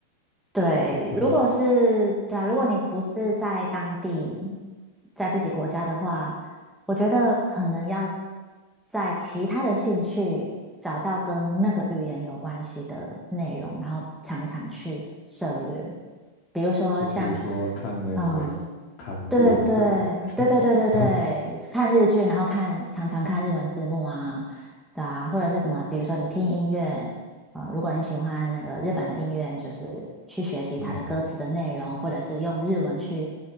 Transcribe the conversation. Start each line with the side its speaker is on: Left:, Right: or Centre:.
Centre: 对，
Left: 对，
Centre: 如果是，对啊，如果你不是在当地，在自己国家的话，我觉得可能要在其他的兴趣找到跟那个语言有关系的内容，然后常常去涉略。比如说像，
Left: 就比如说看 Netflix，
Centre: 嗯、
Left: 看日文的，
Centre: 对对对对对对对，
Left: <laughs>
Centre: 看日剧，然后看常常看日文字幕啊，对啊，或者是什么，比如说你听音乐，呃，如果你喜欢那个日本的音乐，就是去学习它的歌词的内容，
Left: 嗯，
Centre: 或者是用日文去